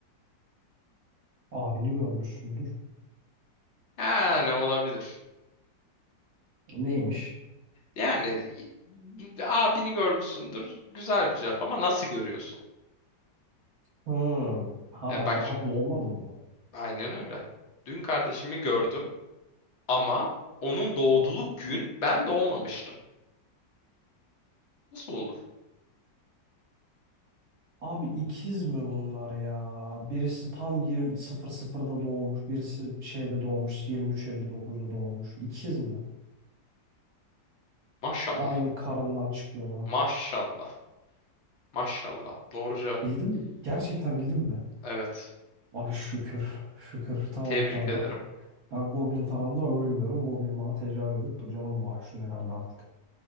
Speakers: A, on the right; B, on the left.
A: Abini görmüşsündür.
B: Yani olabilir.
A: Neymiş?
B: Yani y- abini görmüşsündür. Güzel bir cevap ama nasıl görüyorsun?
A: Hmm. Ha
B: Yani
A: ben
B: bak
A: daha doğmadım mı?
B: Aynen öyle. Dün kardeşimi gördüm ama onun doğduğu
A: Ama
B: gün ben doğmamıştım. Nasıl olur?
A: abi ikiz mi bunlar ya? Birisi tam 20 00'da doğmuş, birisi şeyde doğmuş, 23.59'da doğmuş. İkiz mi?
B: Maşallah.
A: Aynı karından çıkıyorlar.
B: Maşallah. Maşallah. Doğru cevap.
A: Bildim. Gerçekten
B: Bildim.
A: bildim mi?
B: Evet.
A: Abi şükür. Şükür. Tamam
B: Tebrik
A: tamam.
B: ederim.
A: Ben ben Goblin tarafından ölmüyorum. Goblin bana tecavüz edip bu canımı bağışlıyor herhalde artık.